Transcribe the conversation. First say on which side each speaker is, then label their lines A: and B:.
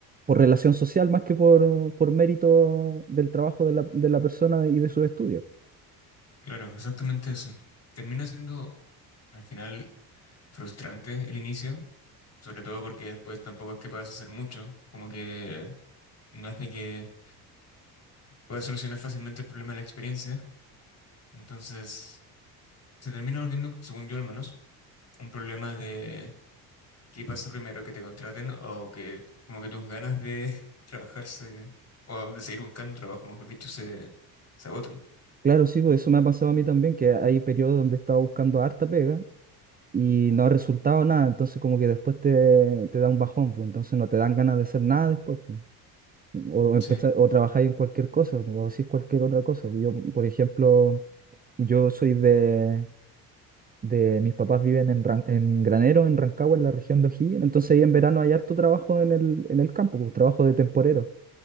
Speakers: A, on the right; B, on the left.
A: por relación social más que por, por mérito del trabajo de la, de la persona y de sus estudios.
B: claro, exactamente eso. Termina siendo al final frustrante el inicio, sobre todo porque después tampoco es que puedas hacer mucho, como que no es de que puedas solucionar fácilmente el problema de la experiencia, entonces... se termina volviendo, según yo al menos, un problema de qué pasa primero, que te contraten o que como que tus ganas de <laughs> trabajar se- o de seguir buscando trabajo, mejor dicho, se, se agotan.
A: Claro, sí, pues eso me ha pasado a mí también, que hay periodos donde he estado buscando harta pega y no ha resultado nada, entonces como que después te, te da un bajón, pues entonces no te dan ganas de hacer nada después. pues. O empezar,
B: Sí,
A: o trabajar en cualquier cosa, o decir cualquier otra cosa. Yo, por ejemplo, yo soy de, de mis papás viven en, Ran- en Granero, en Rancagua, en la región de O'Higgins, entonces ahí en verano hay harto trabajo en el, en el campo, pues, trabajo de temporero.